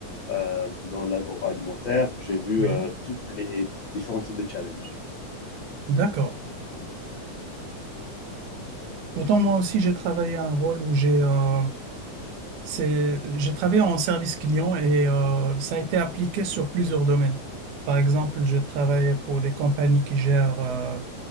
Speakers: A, on the left; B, on the right.
A: euh, dans l'agroalimentaire, j'ai vu
B: Oui,
A: euh, tous les différents types de challenges.
B: d'accord. Pourtant, moi aussi, j'ai travaillé un rôle où j'ai euh, c'est, j'ai travaillé en service client et euh, ça a été appliqué sur plusieurs domaines. Par exemple, j'ai travaillé pour des compagnies qui gèrent euh,